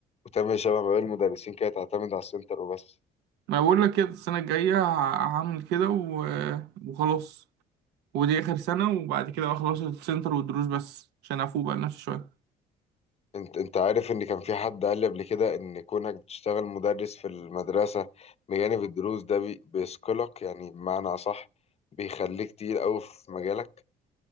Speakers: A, on the left; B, on the right.
A: وتعمل شبه ما بين المدرسين كده تعتمد على السنتر وبس
B: ما بقول لك كده السنة الجاية ه- هعمل كده و- وخلاص ودي آخر سنة وبعد كده أخلص السنتر والدروس بس عشان أفوق بقى لنفسي شوية
A: انت انت عارف ان كان في حد قال لي قبل كده ان كونك بتشتغل مدرس في المدرسة بجانب الدروس ده بي... بيثقلك يعني بمعنى اصح بيخليك تقيل قوي في مجالك